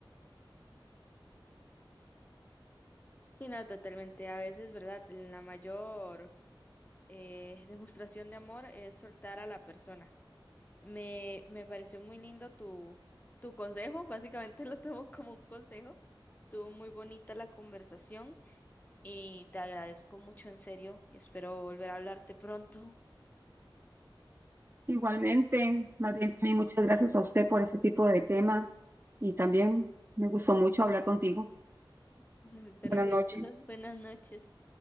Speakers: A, on the left (about 20°); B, on the right (about 25°).
A: Sí, no, totalmente. A veces, ¿verdad? La mayor eh, <laughs> demostración de amor es soltar a la persona. Me, me pareció muy lindo tu, tu consejo, básicamente <laughs> lo tomo como un consejo. Estuvo muy bonita la conversación y te agradezco mucho, en serio, y espero volver a hablarte pronto.
B: Igualmente, más bien también muchas gracias a usted por este tipo de tema y también me gustó mucho hablar contigo.
A: <laughs> Perfecto.
B: Buenas noches.
A: Buenas noches.